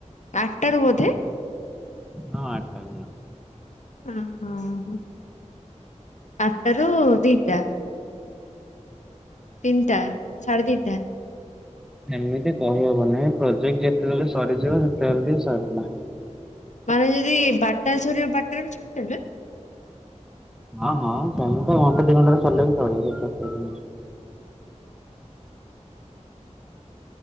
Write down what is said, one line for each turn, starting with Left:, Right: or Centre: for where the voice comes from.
Left: ଆଠଟ ର ବୋଧେ
Centre: ହଁ ଆଠ ଟା।
Left: ଓୋ ଆଠଟାରୁୁ ଦିଟା। ତିନ୍ତା ଛାଡେ ତିଣ୍ଟା।
Centre: ଏମିତି କହିହବନି, ପ୍ରୋଜେକ୍ଟ ଯେତେବେଳେ ସରିଯିବ, ସେତେବେଳେଠୁ ସରିଲା।
Left: ମାନେ ଯଦି ବାରଟାରେ ସରିବ, ବାରଟାରେ ବି ଛାଡିଦେବେ?
Centre: ହଁ ହଁ, ସେମିତି ତ ଘଣ୍ଟା ଦି ଘଣ୍ଟାରେ ସରିଲେ ବି ପଳେଇବ <unintelligible>